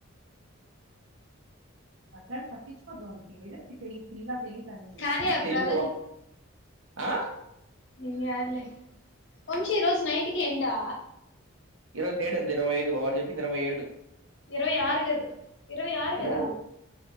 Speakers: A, on the right; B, on the left.
A: అట్లాంటివి పట్టిచ్చుకోద్దు వంశీ ఏదైన పిల్ల తె
B: కార్య యాప్
A: తెలిక
B: రాలా
A: ఒక్ ఆ
B: నిన్ని గాద్లే వంశీ రోజు నైట్ కి ఎండా
A: ఈరోజు డేటెంత ఇరవైఐదు వాడు జెప్పింది ఇరవై ఏడు
B: ఇరవై ఆరు కదా ఇరవై ఆరు
A: ఈరోజు
B: కదా